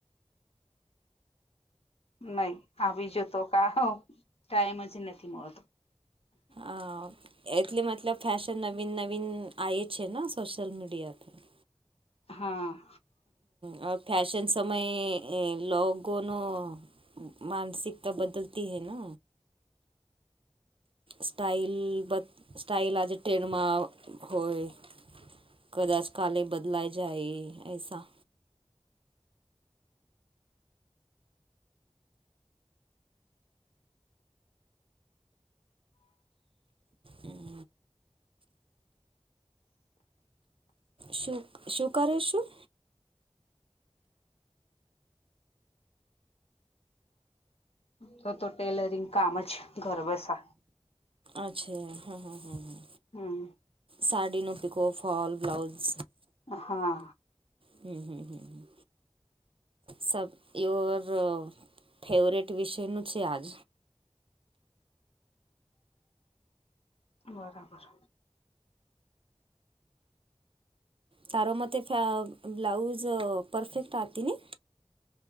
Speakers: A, on the left; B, on the right.
A: નહી આવી જતો ક ટાઈમ જ નથી મળતો.
B: અ એટલે મતલબ ફૅશન નવીન નવીન આ છે ને સોશલ મીડિયા.
A: હા.
B: હ ફશન સમય લોકોનો. માનસિકતા બદલતી હૈ ને. સ્ટાાઈલ બ સ્ટાઇલ આજે ટ્રેડમાં હોય. કદાચ કાલે બદલાઈ જાય એસા. હમ શું શું કર્યોશું.
A: તો તો ટેલરિંગ કામ જ ગર્વશે.
B: અચ્છા હા હા હા હા.
A: હમ
B: સાડી ન પકો ફોલ બ્લાઉઝ.
A: હા
B: હમ હમ હમ હમ. સબ યોર ફેવરેટ વિષયનું છે આજ.
A: બરાબર.
B: તારો મ ફ બ્લાઉઝ પરફેક્ટ આવતી ને.